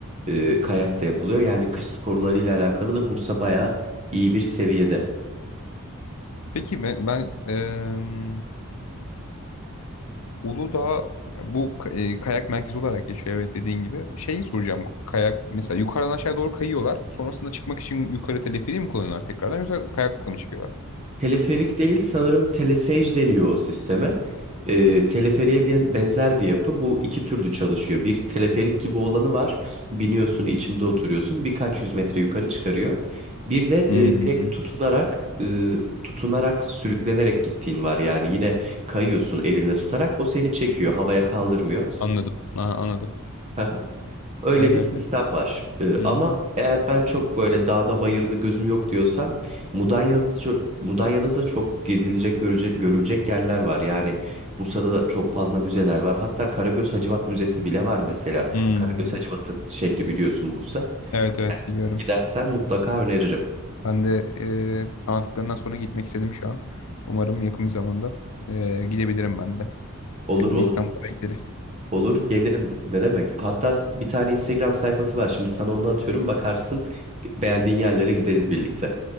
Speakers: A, on the right; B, on the left.
A: E, kayak da yapılıyor. Yani kış sporlarıyla alakalı da Bursa bayağı iyi bir seviyede.
B: Peki ben, ben eee Uludağ ya bu ka- eee, kayak merkezi olarak geçiyor evet dediğin gibi. Şeyi soracağım kayak mesela yukarıdan aşağı doğru kayıyorlar. Sonrasında çıkmak için yukarı teleferiği mi kullanıyorlar tekrardan yoksa kayakla mı çıkıyorlar?
A: Teleferik değil sanırım telesage deniyor o sisteme. Ee, teleferiğe ben- benzer bir yapı. Bu iki türlü çalışıyor. Bir teleferik gibi olanı var. Biniyorsun, içinde oturuyorsun. Birkaç yüz metre yukarı çıkarıyor. Bir de
B: Hı
A: e, direkt tutunarak e, tutunarak sürüklenerek gittiğin var. Yani yine kayıyorsun elinde tutarak. O seni çekiyor. Havaya kaldırmıyor.
B: Anladım. Ha, anladım.
A: <laughs> Öyle
B: Eee,
A: bir sistem var. Ee,
B: Hı
A: ama
B: hı.
A: eğer ben çok böyle dağda bayırda gözüm yok diyorsan Mudanya'da da çok, Mudanya'da da çok gezilecek görecek, görülecek yerler var. Yani Bursa'da da çok fazla müzeler var. Hatta Karagöz Hacivat Müzesi bile var mesela.
B: Hı.
A: Karagöz Hacivat'ın şehri biliyorsun Bursa.
B: Evet evet
A: Yani
B: biliyorum.
A: gidersen mutlaka öneririm.
B: Ben de e, tanıttıklarından sonra gitmek istedim şu an. Umarım yakın bir zamanda e, gidebilirim ben de.
A: Olur
B: Seni
A: olur
B: de İstanbul'a bekleriz.
A: olur gelirim ne demek. Hatta s- bir tane Instagram sayfası var. Şimdi sana onu atıyorum bakarsın beğendiğin yerlere gideriz birlikte.